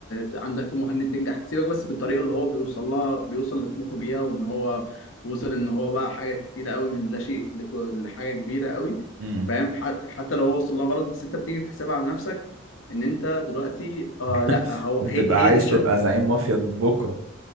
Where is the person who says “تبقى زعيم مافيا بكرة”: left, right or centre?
Right